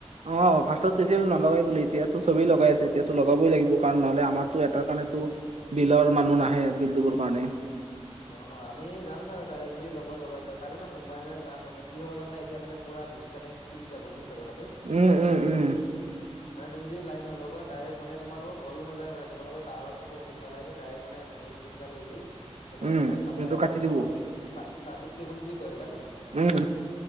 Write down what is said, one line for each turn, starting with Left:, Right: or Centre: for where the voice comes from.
Right: অ' ফাৰ্ষ্টট কৈছিল নলগাই বুলি, এতিয়াতো চবেই লগাই আছে, এতিয়াতো লগাবই লাগিব কাৰণ নহ'লে আমাৰটো এটাৰ কাৰণেতো বিলৰ মানুহ নাহে, বিল দিবৰ কাৰণে।
Left: অ' আমি যাম চাগে কাইলৈ যদি লগোৱা লগাই লোৱা। কাইলৈ নহয় সোমবাৰে মানে যাম মানে কি হ'ব জানা এতিয়া মানে পোৰা ডিচকানেক্ট তিম যাব বুজিছা কথাটো?
Right: উম, উম, উম।
Left: মানে তুমি যদি লাইট নলগোৱা ডাইৰেক্ট মানে তোমালোকৰ ঘৰৰলৈও নযায় মানে, তোমালোকৰ তাঁৰডাল চাব কোনডাল আহিছে ডাইৰেক্ট মানে মেইন যোনডাল হেৰি, মানে
Right: উম
Left: চাপ্লাইডাল
Right: সেইটো কাটি দিব
Left: পো কি চা চাৰ্ভিচ কেবুল বুলি কয় সেইডাল।
Right: উম।